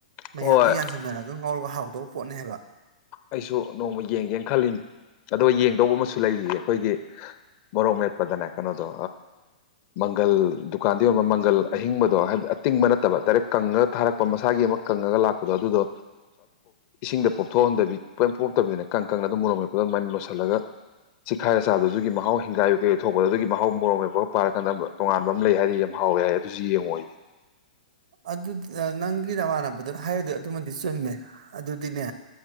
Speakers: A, on the left; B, on the right.
A: ꯍꯣꯏ
B: ꯃꯌꯥꯝꯗꯨ ꯌꯥꯟꯁꯟꯅꯔꯒ ꯑꯗꯨ ꯉꯧꯔꯒ ꯍꯥꯎꯗꯧꯕ ꯄꯣꯠꯅꯦ ꯍꯥꯏꯕ
A: ꯑꯩꯁꯨ ꯅꯣꯡꯃ ꯌꯦꯡꯒꯦꯅ ꯈꯜꯂꯤꯅ ꯑꯗꯣ ꯌꯦꯡꯗꯧꯕ ꯨ ꯂꯩꯔꯤꯌꯦ ꯑꯩꯈꯣꯏꯒꯤ ꯃꯔꯣꯔꯣꯛ ꯃꯦꯠ ꯗꯅꯦ ꯀꯩꯅꯣꯗꯣ ꯃꯪꯒꯜ ꯗꯨꯀꯥꯟꯗꯤ ꯑꯣꯏ ꯃꯪꯒꯜ ꯑꯍꯤꯡꯕꯗꯣ ꯍꯥꯏꯕꯗꯤ ꯑꯇꯤꯡꯕ ꯅꯠꯇꯕ ꯗꯥꯏꯔꯦꯛ ꯀꯪꯉꯒ ꯊꯥꯔꯛ ꯄ ꯃꯁꯥꯒꯤ ꯑꯃ ꯀꯪꯉꯒ ꯂꯥꯛꯄꯗꯣ ꯑꯗꯨꯗꯣ ꯏꯁꯤꯡꯗ ꯄꯣꯞꯊꯣꯛꯍꯟꯗꯕꯤ ꯄꯣꯏ ꯄꯣꯛꯇꯕꯤꯗꯅꯦ ꯀꯥꯡ ꯀꯪꯅ ꯑꯗꯨ ꯃꯔꯨꯝꯃꯦ ꯂ ꯃꯟ ꯃꯣꯠꯁꯤꯜꯂꯒ ꯆꯤꯈꯥꯏꯔ ꯆꯥꯕꯗꯨꯒꯤ ꯃꯍꯥꯎ ꯍꯤꯡꯒꯥꯏ ꯑꯣꯏ ꯀꯩ ꯑꯣꯏ ꯊꯣꯛ ꯑꯗꯨꯒꯤ ꯃꯍꯥꯎ ꯃꯣꯔꯣꯡ ꯃꯦꯄꯒ ꯄꯥꯔꯀꯥꯟꯗꯕ ꯇꯣꯉꯥꯟꯕ ꯑꯃ ꯂꯩ ꯍꯥꯏꯔꯤꯌꯦ ꯌꯥꯝ ꯍꯥꯎꯋꯦ ꯍꯥꯏ ꯑꯗꯨꯁꯨ ꯌꯦꯡꯉꯣꯌꯦ
B: ꯑꯗꯨ ꯅꯪꯒꯤ ꯅꯃꯥꯟꯅꯕꯗꯨꯅ ꯍꯥꯏꯔꯗ ꯑꯗꯨꯃꯗꯤ ꯆꯨꯝꯃꯦ ꯑꯗꯨꯗꯤꯅꯦ